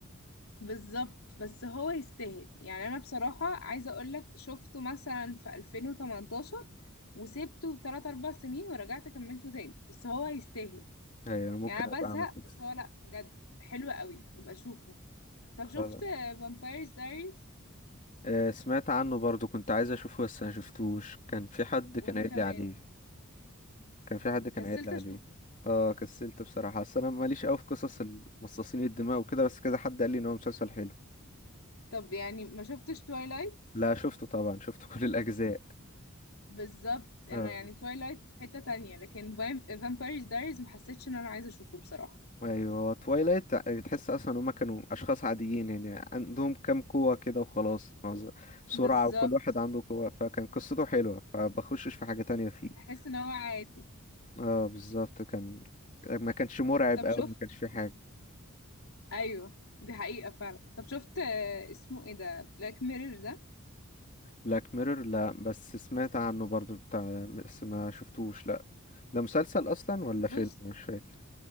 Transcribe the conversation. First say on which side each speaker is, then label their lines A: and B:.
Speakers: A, on the left; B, on the left.
A: بالظبط بس هو يستاهل يعني انا بصراحة عايزة اقولك شفته مثلا في 2018 وسيبته 3 4 سنين ورجعت كملته تاني بس هو يستاهل
B: ايوه أنا ممكن
A: يعني انا
B: ابقى
A: بزهق
B: اعمل كده
A: بس هو لا بجد حلو قوي يبقى شوفه طب
B: خلاص
A: شفت فامبايرز دايريز
B: آه، سمعت عنه برضه كنت عايز اشوفه بس ما شفتوش كان في حد
A: وانا
B: كان قايل
A: كمان
B: لي عليه كان في حد كان
A: كسلت
B: قايل لي عليه
A: اشوفه
B: اه كسلت بصراحة اصل انا ماليش قوي في قصص المصاصين الدماء وكده بس كذا حد قال لي ان هو مسلسل حلو
A: طب يعني ما شفتش تويلايت
B: لا شفته طبعا شفت <laughs> كل الاجزاء
A: بالظبط انا
B: آه.
A: يعني تويلايت في حتة تانية لكن فامبايرز دايريز ما حسيتش ان انا عايزة اشوفه بصراحة
B: ايوه توايلايت تحس اصلا هما كانوا اشخاص عاديين يعني عندهم كام قوة كده وخلاص معظم سرعة
A: بالظبط
B: وكل واحد عنده قوة فكان قصته حلوة فبخشش في حاجة تانية فيه
A: تحس ان هو عادي
B: اه بالظبط كان ما كانش مرعب
A: طب
B: قوي
A: شفت
B: ما كانش فيه حاجة
A: ايوه دي حقيقة فعلا طب شفت آه، اسمه ايه ده بلاك ميرور ده
B: بلاك ميرور لا بس سمعت عنه برضو بتاع بس ما شفتوش لا ده مسلسل اصلا ولا
A: بص
B: فيلم مش فاكر